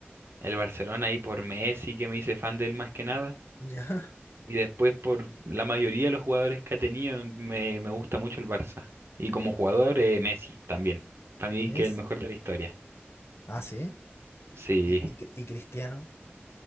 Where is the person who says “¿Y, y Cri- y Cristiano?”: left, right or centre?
Left